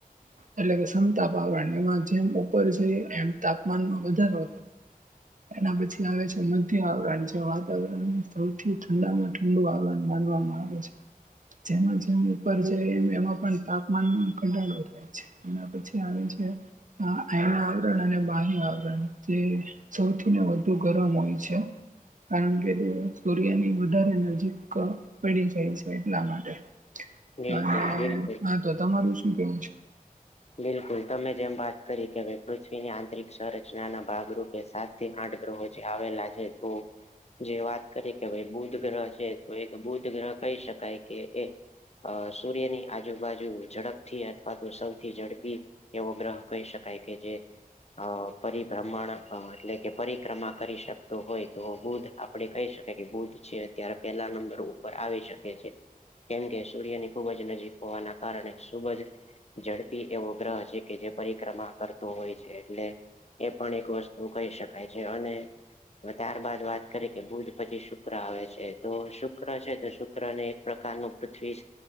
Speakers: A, on the right; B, on the left.
A: એટલે કે સમતાપ આવરણ એમાં જેમ ઉપર છેઈ એમ તાપમાનમાં વધારો એના પછી આવે છે મધ્ય આવરણ જે વાતાવરણ સૌથી ઠંડામાં ઠંડુ આવરણ માનવામાં આવે છે. જેમાં જેમ ઉપર જ એમ એમાં પણ તાપમાનમાં ઘટાડો થાય છે. એના પછી આવે છે <unintelligible> આવરણ અને બાહ્ય આવરણ. તે સૌથી ને વધુ ગરમ હોય છે. કારણ કે તે સૂર્યની વધારે નજીક પડી જાય છે એટલા માટે.
B: બિલકુલ
A: હા, હા,
B: બિલકુલ
A: હા તો તમારું શું કેવું છે?
B: બિલકુલ. તમે જેમ વાત કરી કે હવે પૃથ્વીની આંતરિક સંરચનાના ભાગરૂપે સાત તે આઠ ગ્રહો જે આવેલા છે તો જે વાત કરી કે ભાઈ બુધ ગ્રહ છે, તો એક બુધ ગ્રહ કહી શકાય કે એ અહ સૂર્યની આજુ-બાજુ ઝડપથી અથવા તો સૌ થી ઝડપી એવો ગ્રહ કહી શકાય કે જે અહ પરિભ્રમણ અહ એટલે કે પરિક્રમા કરી શકતો હોય તો બુધ આપણે કહી શકીએ કે બુધ છે એ અત્યારે પેલા નંબર ઉપર આવી શકે છે. કેમ કે સૂર્યની ખુબ જ નજીક હોવાના કારણે સૂરજ ઝડપી એવો ગ્રહ છે કે જે પરિક્રમા કરતો હોય છે એટલે એ પણ એક વસ્તુ કહી શકાય છે. અને હવે ત્યારબાદ વાત કરી કે બુધ પછી શુક્ર આવે છે, તો શુક્ર છે તો શુક્રને પ્રકારનું પૃથ્વી